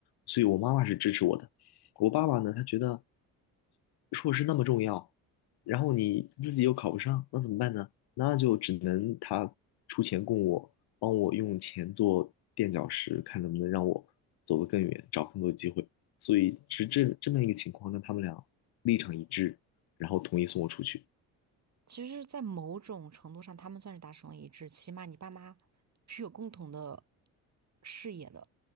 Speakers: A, on the left; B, on the right.
A: 所以我妈妈是支持我的。我爸爸呢，他觉得硕士那么重要，然后你自己又考不上，那怎么办呢？那就只能他出钱供我。帮我用钱做垫脚石，看能不能让我走得更远，找更多机会。所以是这这么一个情况，让他们俩立场一致，然后同意送我出去，
B: 其实，在某种程度上，他们算是达成了一致，起码你爸妈是有共同的视野的。